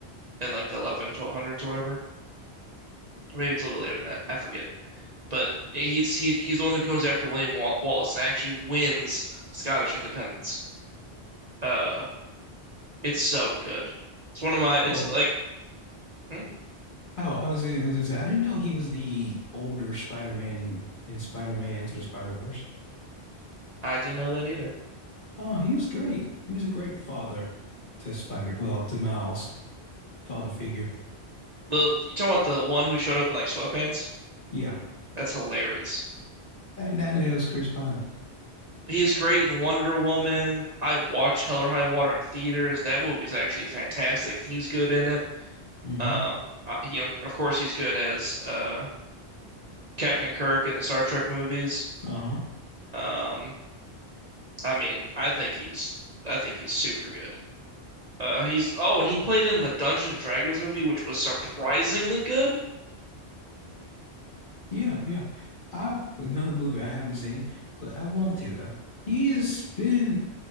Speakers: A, on the right; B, on the left.
A: in like the eleven twelve hundreds or whatever. Or maybe it's a little bit later than that. I forget. But he's he, he's the one who comes after William Wal Wallace and actually wins Scottish independence. Uh it's so good. It's one of my it's
B: Oh,
A: like hmm?
B: oh, I was gonna, I was gonna say I didn't know he was the older Spider-Man in, in Spider-Man Into the Spider-Verse.
A: I didn't know that either.
B: Oh, he was great. He was a great father to Spider, well, to Miles, father figure.
A: The you talking about the one who showed up in like sweatpants?
B: Yeah.
A: That's hilarious.
B: I, I knew it was Chris Pine.
A: He's great in Wonder Woman. I watched Hell or High Water in theaters. That movie is actually fantastic. He's good in it.
B: hmm
A: Um, uh, he, of course, he's good as uh, Captain Kirk in the Star Trek movies.
B: Uh-huh.
A: Um, I mean, I think he's, I think he's super good. Uh, he's oh, and he played in the Dungeons and Dragons movie, which was surprisingly good.
B: Yeah, yeah. I another movie I haven't seen, but I want to though. He has been